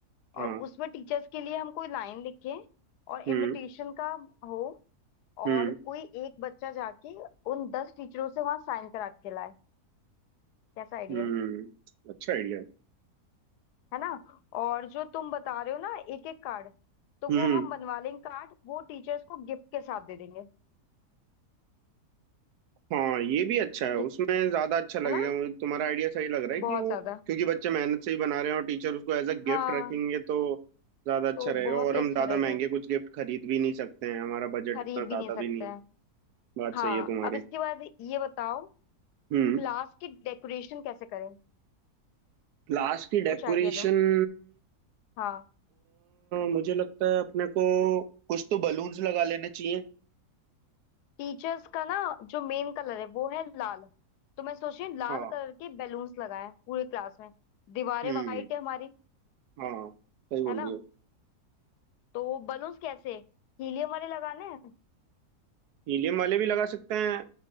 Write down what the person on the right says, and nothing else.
हाँ
हम्म
हम्म
हम्म
हम्म, अच्छा आइडिया
हम्म
हाँ ये भी अच्छा है
उसमें ज्यादा अच्छा लगेगा
मुझे तुम्हारा आइडिया सही लग रहा है कि
वो
क्योंकि बच्चे मेहनत से ही बना रहे हैं और टीचर उसको एज अ
गिफ्ट रखेंगे तो ज्यादा अच्छा
रहेगा
और
हम
ज्यादा
महंगे कुछ गिफ्ट खरीद भी नहीं सकते हैं हमारा बजट
इतना ज्यादा
भी नहीं
है बात
सही है तुम्हारी
हम्म
लास्ट की डेकोरेशन
मुझे लगता है अपने को कुछ तो बलून्स लगा लेने चाहिए
हाँ
हम्म
हाँ सही बोल
रही हो
हीलियम वाले भी लगा सकते हैं